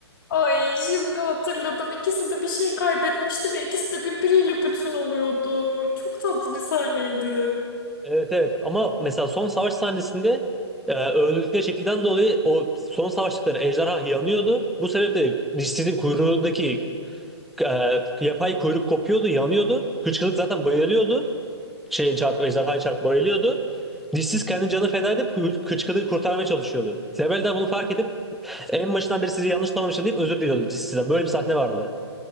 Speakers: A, on the left; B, in the centre.
A: Ay şimdi hatırladım. İkisi de bir şey kaybetmişti ve ikisi de birbiriyle bütün oluyordu. Çok tatlı bir sahneydi.
B: Evet evet ama mesela son savaş sahnesinde e, öldürdükleri şekilden dolayı o son savaştıkları ejderha yanıyordu. Bu sebeple dişsizin kuyruğundaki e, yapay kuyruk kopuyordu, yanıyordu. Hıçkırık zaten bayılıyordu. Şey çarp, ejderhaya çarp bayılıyordu. Dişsiz kendi canını feda edip hı- hıçkırığı kurtarmaya çalışıyordu. Zebel de bunu fark edip en başından beri sizi yanlış tanımışım deyip özür diliyordu dişsizden. Böyle bir sahne vardı.